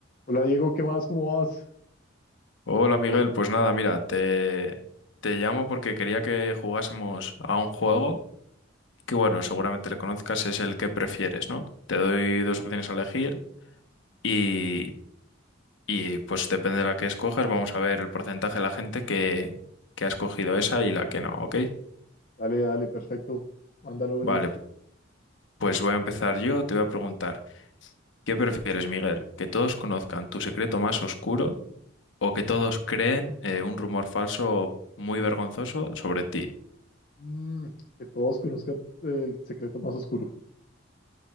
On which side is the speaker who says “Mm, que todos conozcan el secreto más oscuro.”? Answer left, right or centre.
Left